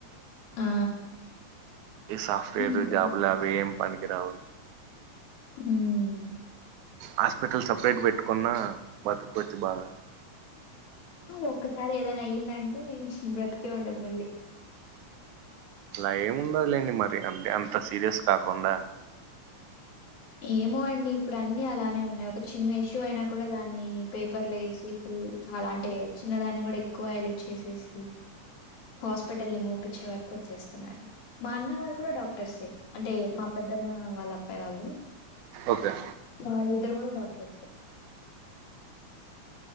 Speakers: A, on the left (about 85°); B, on the right (about 80°).
A: ఆ
B: ఈ సాఫ్ట్వేర్
A: అంతే
B: జాబులు
A: అండి.
B: అవి ఏం పనికిరావు.
A: ఉమ్మ్
B: హాస్పిటల్ సపరేట్ పెట్టుకున్న బతుకచ్చు బాగా.
A: ఒక్కసారి ఏదనా అయ్యిందంటే బ్రతికే ఉండదు మళ్ళీ.
B: అలా ఏముండదు లేండి మరి అంతే అంత సీరియస్ కాకుండా.
A: ఏమో అండి ఇప్పుడు అన్ని అలానే ఉన్నాయి ఒక చిన్న ఇష్యూ అయినా కూడా దాన్ని పేపర్లు వేసి. ఫుల్ చాలా అంటే చిన్న దాన్ని కూడా ఎక్కువ హైలైట్ చేసేసి. హాస్పిటల్ ని మూపించే వరకు వచ్చేస్తున్నారు. మా అన్న వాళ్ళు కూడా డాక్టర్సే అంటే మా పెద్దమ్మ వాళ్ళ అబ్బాయి వాళ్ళు.
B: ఓకే.
A: వాళ్ళిద్దరు కూడా డాక్టర్స్.